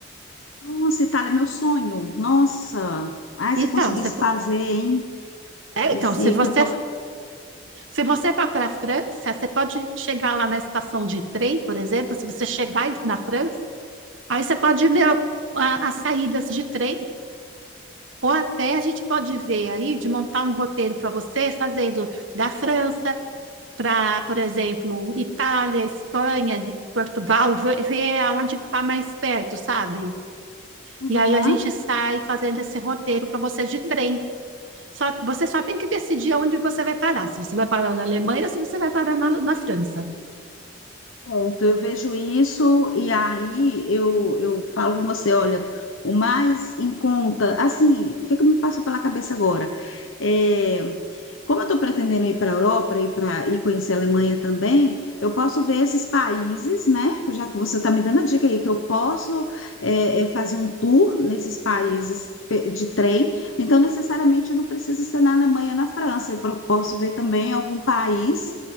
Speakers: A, on the left; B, on the right.
A: Nossa, Itália é meu sonho. Nossa. Ai,
B: Então,
A: se eu conseguisse
B: você po-
A: fazer, hein?
B: é,
A: Esse
B: então, se você
A: que eu tô.
B: se você for para a França, você pode chegar lá na estação de trem, por exemplo, se você chegar em- na França, aí você pode ver a- as saídas de trem. Ou até a gente pode ver aí de montar um roteiro para você, fazendo da França para, por exemplo, Itália, Espanha, de Portugal, ver, ver onde está mais perto, sabe?
A: Aham.
B: E aí a gente sai fazendo esse roteiro para você de trem. Só, você só tem que decidir onde você vai parar. Se você vai parar na Alemanha ou se você vai parar na, na França.
A: Pronto, eu vejo isso e aí eu, eu falo com você, olha, o mais em conta, assim, o que é que me passa pela cabeça agora? É, como eu estou pretendendo ir para a Europa e para e conhecer a Alemanha também, eu posso ver esses países, né? Já que você está me dando a dica aí que eu posso é, é, fazer um tour nesses países pe- de trem, então necessariamente eu não preciso ser na Alemanha, na França. Eu pro- posso ver também algum país,